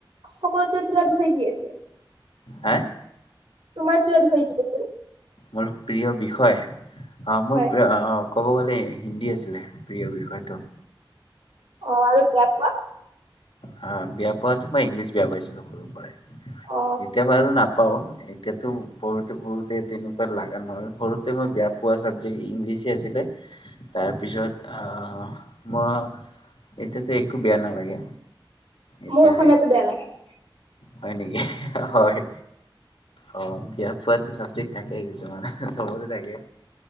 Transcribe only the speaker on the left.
হেএ
মোৰ প্ৰিয় বিষয় অ মোৰ
প্ৰিয় অ ক'ব গ'লে হিন্দী আছিলে প্ৰিয় বিষয়টো।
হা বেয়া পোৱাত মই ইংলিছ বেয়া পাইছিলোঁ <unintelligible>
ইতিয়াপা এটো নাপ পাওঁ এতিয়াতো পঢ়োতে পঢ়োতে তেনেকুৱা লগা নহয়, সৰুতে মই বেয়া পোৱা চাবজেক্ট ইংলিছে আছিলে তাৰপিছত আহ মই এতিয়াতো একো বেয়া নালাগে। এতিয়া
হয় নেকি হয় অ বিয়া পোৱাতো চাবজেক্ট থাকেই কিছুমানৰ চবৰে থাকে